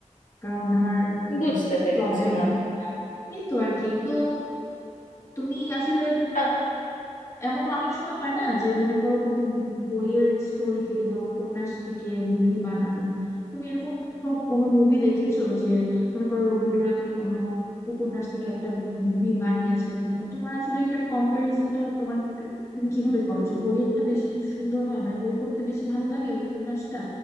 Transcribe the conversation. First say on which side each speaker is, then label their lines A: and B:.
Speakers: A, on the left; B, on the left.
A: কারণ আমার
B: বুঝতে
A: ঠিক
B: পেরেছি
A: প্রবলেম আছে হয় এই তো আর কি তো তুমি আসলে
B: হ্যাঁ
A: এমন অনেক সময় হয় না যে মনে করো কোনো বইয়ের স্টোরি থেকে বা উপন্যাস থেকে মুভি বানানো তুমি এরকম কোনো কোনো মুভি দেখেছো যে মনে করো রবীন্দ্রনাথের কোনো উপন্যাস থেকে একটা মুভি বানিয়েছে এবং তোমার আসলে একটা কম্পারিজনটা তোমার তুমি কিভাবে করো যে বইয়েরটা বেশি সুন্দর হয় মানে বই পড়তে বেশি ভালো লাগে ওই উপন্যাসটা